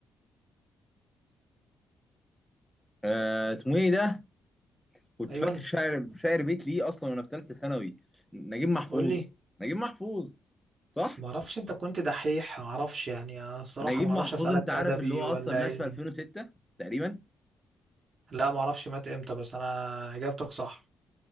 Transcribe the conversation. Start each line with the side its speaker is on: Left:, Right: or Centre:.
Centre: آه اسمه ايه ده كنت
Right: أيوة
Centre: فاكر شاعر شاعر بيت ليه اصلا وانا في ثالثه ثانوي نجيب محفوظ
Right: قول لي
Centre: نجيب محفوظ صح
Right: ما اعرفش انت كنت دحيح ما اعرفش يعني انا الصراحه
Centre: نجيب
Right: ما
Centre: محفوظ
Right: اعرفش اسالك
Centre: انت عارف
Right: ادبي
Centre: اللي هو
Right: ولا
Centre: اصلا مات
Right: علمي
Centre: في 2006 تقريبا
Right: لا ما اعرفش مات امتى بس انا اجابتك صح